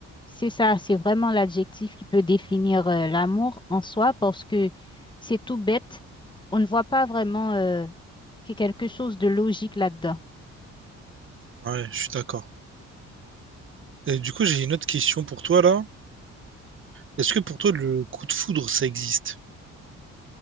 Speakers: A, on the left (about 15°); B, on the right (about 40°).
A: c'est ça, c'est vraiment l'adjectif qui peut définir euh, l'amour en soi parce que c'est tout bête. On ne voit pas vraiment euh, qu'il y a quelque chose de logique là-dedans.
B: Ouais, je suis d'accord. Et du coup, j'ai une autre question pour toi là. Est-ce que pour toi le coup de foudre ça existe?